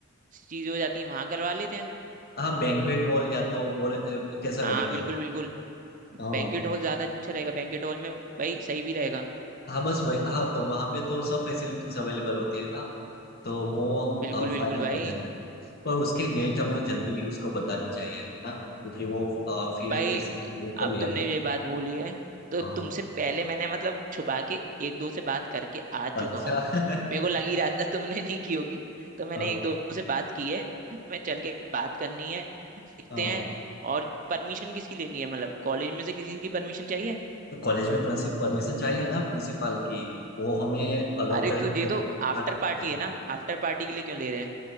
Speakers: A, on the right; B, on the left.
A: चीजें हो जाती हैं वहां करवा लेते हैं
B: हाँ बैंक्वेट हॉल या तो और कैसा रहेगा
A: हाँ बिल्कुल बिल्कुल
B: हाँ
A: बैंकेट हॉल ज्यादा अच्छा रहेगा बैंकेट हॉल में भाई सही भी रहेगा
B: हाँ बस वही हाँ तो वहाँ पे तो सब फैसिलिटीज अवेलेबल होती है ना तो वो हम
A: बिल्कुल बिल्कुल
B: फाइनल
A: भाई
B: कर देते हैं पर उसकी डेट हमें जल्दी उसको बतानी चाहिए है ना क्योंकि वो अ, फिर
A: भाई
B: किसी को बुक कर
A: अब
B: लिया
A: तुमने
B: ना तो
A: ये बात बोली है तो
B: हाँ
A: तुमसे पहले मैंने मतलब छुपा के एक दो से बात करके आ चुका
B: अच्छा
A: हूँ
B: <laughs>
A: मेरे को लग ही रहा था तुमने नहीं की होगी तो मैंने
B: हाँ
A: एक दो से बात की है मैं चल के बात करनी है देखते
B: हाँ
A: हैं और परमिशन किसकी लेनी है मतलब कॉलेज में से किसी की परमिशन चाहिए
B: तो कॉलेज में प्रिंसिपल परमिशन चाहिए ना प्रिंसिपल की वो हमें अलाउ
A: अरे
B: करेंगे
A: तो ये
B: तभी
A: तो
B: तो हम
A: आफ्टर
B: पार्टी कर
A: पार्टी
B: पाएंगे
A: है ना आफ्टर पार्टी के लिए क्यों ले रहे हैं